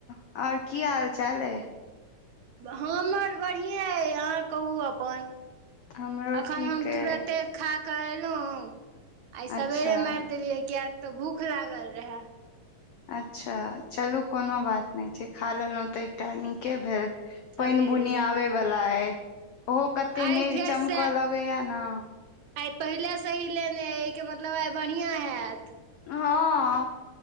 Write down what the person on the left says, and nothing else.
आओर की हाल चाल ये
हमरो
ठीक
अइ
अच्छा
अच्छा चलू कोनो बात नहि छै खा लेलहुँ तऽ एकटा नीके भेल
पानि बुनी आबे वला अय ओहो कते
मेघ
चमकऽ लगैया न
हँ